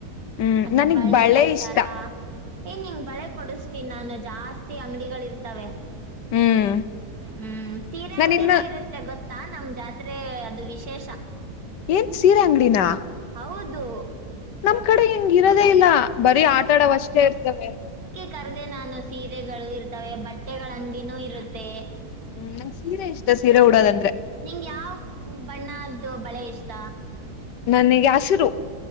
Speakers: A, on the left (about 85°); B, on the right (about 60°).
A: ಹ್ಮ್
B: ಮತ್ತೆ
A: ನನಗ್
B: ಬಳೆ
A: ಇಷ್ಟ
B: ಸರಾ ಏನಿಂಗ ಬಳೆ ಕೊಡಿಸ ತ್ತಿನ ನಾನು ಜಾಸ್ತಿ ಅಂಗಡಿಗಳ ಇರ್ತವೆ
A: ಹ್ಮ್
B: ಹ್ಮ್ ಸೀರೆ ಅಂಗಡಿನೂ
A: ನಾನಿನ್ನ
B: ಇರುತ್ತೆ ಗೊತ್ತಾ ನಮ್ ಜಾತ್ರೆ ಅದು ವಿಶೇಷ
A: ಏನ್ ಸೀರೆ ಅಂಗಡಿನ
B: ಹೌದು
A: ನಮ್ ಕಡೆ ಹಿಂಗ ಇರದೇ ಇಲ್ಲ ಬರೀ ಆಟಾಡವಷ್ಟೇ ಇರ್ತವೆ
B: ಕರ್ದೆ ನಾನು ಸೀರೆಗಳು ಇರ್ತವೆ ಬಟ್ಟೆಗಳ ಅಂಗಡಿನೂ ಇರುತ್ತೆ
A: ಹ್ಮ್ ಸೀರೆ ಇಷ್ಟ ಸೀರೆ ಉಡೋದಂದ್ರೆ
B: ನಿಂಗ ಯಾವ ಬಣ್ಣದ್ದು ಬಳೆ ಇಷ್ಟ
A: ನನಗೆ ಹಸಿರು